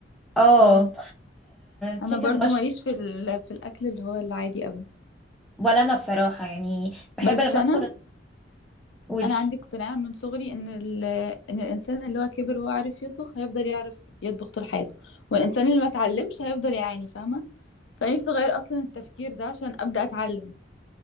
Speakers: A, in the centre; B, on the left.
A: اه
B: اه انا
A: تشيكن
B: برضو
A: مشروم
B: ماليش في ال- في الاكل اللي هو العادي قوي
A: ولا انا بصراحة يعني بحب
B: بس
A: لما
B: انا
A: ادخل قولي
B: انا عندي اقتناع من صغري ان ال... ان الانسان اللي هو كبر وهو عارف يطبخ هيفضل يعرف يطبخ طول حياته والانسان اللي ما اتعلمش هيفضل يعاني فاهمه فنفسي اغير اصلا التفكير ده عشان ابدا اتعلم